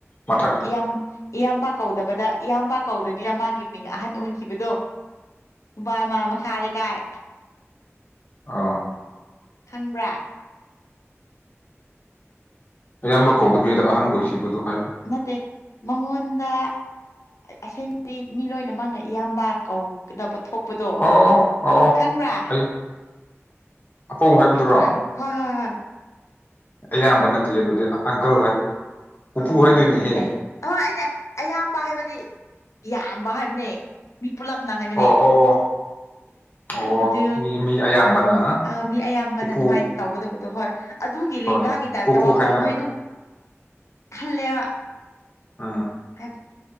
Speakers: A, on the left; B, on the left.
A: ꯃꯊꯛ
B: ꯏꯌꯝ ꯏꯌꯥꯝꯕ ꯀꯧꯗꯕꯗ ꯏꯌꯥꯝꯕ ꯀꯧꯗꯕꯤꯅ ꯃꯥꯒꯤ ꯃꯤꯡ ꯑꯍꯟ ꯑꯣꯏꯈꯤꯕꯗꯣ ꯕꯃꯥ ꯃꯈꯥ ꯂꯩꯀꯥꯏ
A: ꯑ
B: ꯈꯪꯕ꯭ꯔꯥ
A: ꯑꯌꯥꯝꯕ ꯀꯧꯗꯕꯤꯗ ꯑꯍꯟ ꯑꯣꯏꯈꯤꯕꯗꯣ ꯍꯥꯏ
B: ꯅꯠꯇꯦ ꯃꯉꯣꯟꯗ ꯑꯁꯦꯡꯕꯔꯤ ꯃꯤ ꯂꯣꯏꯅꯃꯛꯅ ꯏꯌꯥꯝꯕ ꯀꯧ ꯀꯗꯕ ꯊꯣꯛꯄꯗꯣ
A: ꯑꯣ ꯑꯣ
B: ꯈꯟꯕ꯭ꯔꯥ
A: ꯑꯌꯥ ꯑꯄꯧ ꯍꯥꯏꯕꯗꯨꯔꯣ
B: ꯈꯪꯕ꯭ꯔꯥ ꯍꯣꯏ ꯍꯣꯏ ꯍꯣꯏ
A: ꯑꯌꯥꯝꯕ ꯅꯠꯇꯦ ꯑꯗꯨꯗꯤ ꯑꯪꯀꯜ ꯍꯥꯏꯕ ꯄꯨꯄꯨ
B: ꯑ
A: ꯍꯥꯏꯗꯣꯏꯅꯤꯍꯦ
B: ꯑ ꯑꯦ ꯑꯣꯏ ꯑꯩꯅꯦ ꯑꯌꯥꯝꯕ ꯍꯥꯏꯕꯗꯤ ꯌꯥꯝꯕ ꯍꯥꯏꯕꯅꯦ ꯃꯤ ꯄꯨꯣꯂꯞꯅ ꯍꯥꯏꯕꯅꯦ
A: ꯑꯣ ꯑꯣ ꯑꯣ
B: ꯑꯗꯨ
A: ꯑꯣ ꯃꯤ ꯃꯤ ꯑꯌꯥꯝꯕꯅ
B: ꯑ ꯃꯤ ꯑꯌꯥꯝꯕꯅ
A: ꯄꯨꯄꯨ
B: ꯑꯗꯨꯃꯥꯏꯅ ꯇꯧꯒꯗꯕꯗꯣ ꯍꯣꯏ ꯑꯗꯨꯒꯤ ꯂꯦꯡꯒꯥꯒꯤ
A: ꯍꯣꯏ
B: ꯇꯥꯏꯞꯇ
A: ꯄꯨꯄꯨ
B: ꯋꯥꯈꯜ
A: ꯍꯥꯏꯅꯕꯗꯣ
B: ꯅꯣꯏ ꯑꯗꯨꯝ ꯈꯜꯂꯦꯕ
A: ꯎꯝ
B: ꯍꯥꯏꯕꯗꯤ